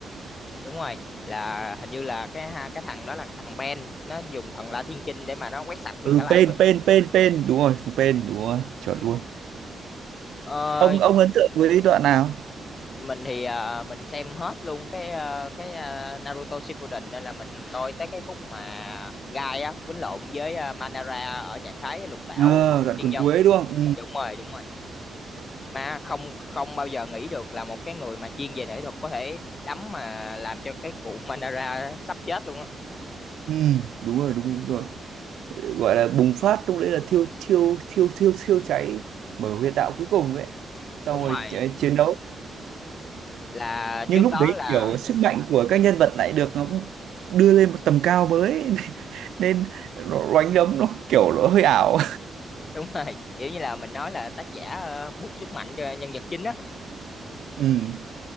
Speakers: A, on the left; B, on the right.
A: Đúng rồi, là hình như là cái ha- cái thằng đó là thằng Ben, nó dùng thần La Thiên Chinh để mà nó quét sạch nguyên
B: ừ
A: cả làng
B: Pain
A: luôn.
B: Pain Pain Pain đúng rồi thằng Pain đúng rồi chuẩn luôn
A: Ờ,
B: ông ông ấn tượng với đoạn nào
A: mình thì ờ, mình xem hết luôn cái ờ, cái ờ, Naruto Shippuden nên là mình coi tới cái khúc mà Gai á quýnh lộn với ờ, Madara ở trạng thái lục đạo
B: ờ đoạn
A: tiên
B: còn
A: nhân.
B: cuối đúng không ừ,
A: Đúng rồi, đúng rồi. mà không không bao giờ nghĩ được là một cái người mà chuyên về thể thuật có thể đấm mà làm cho cái cụ Mandara sắp chết luôn á
B: ừ đúng rồi đúng, đúng rồi gọi là bùng phát lúc đấy là thiêu thiêu thiêu thiêu thiêu cháy mở huyệt đạo cuối cùng đấy xong
A: đúng
B: rồi
A: rồi
B: ch- chiến đấu
A: là
B: nhưng
A: trước
B: lúc
A: đó
B: đấy
A: là
B: kiểu sức mạnh của các nhân vật lại được nó đưa lên một tầm cao mới <laughs> nên nó đánh đấm nó kiểu nó hơi ảo
A: đúng rồi kiểu như là mình nói là tác giả ờ, bút sức mạnh cho nhân vật chính á
B: <laughs> ừ